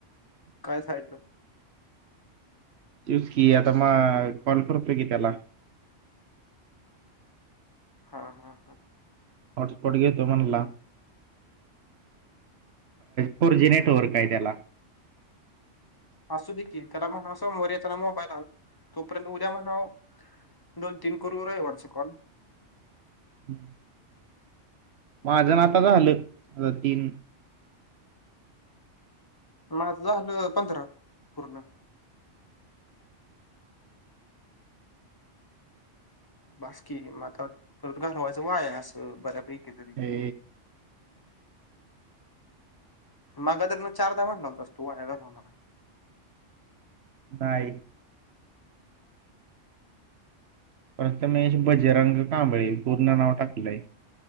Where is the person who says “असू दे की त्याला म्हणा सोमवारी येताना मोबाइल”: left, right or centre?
Left